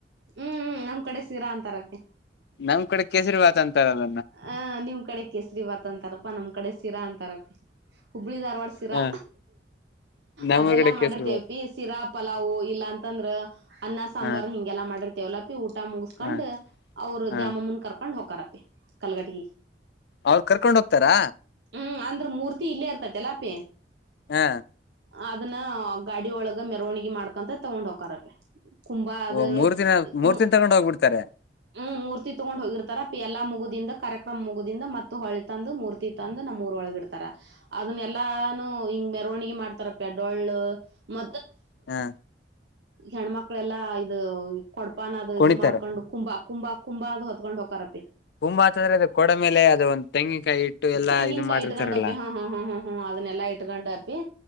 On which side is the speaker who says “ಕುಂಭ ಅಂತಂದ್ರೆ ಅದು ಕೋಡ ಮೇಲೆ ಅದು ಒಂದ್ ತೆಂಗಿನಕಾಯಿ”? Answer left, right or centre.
Left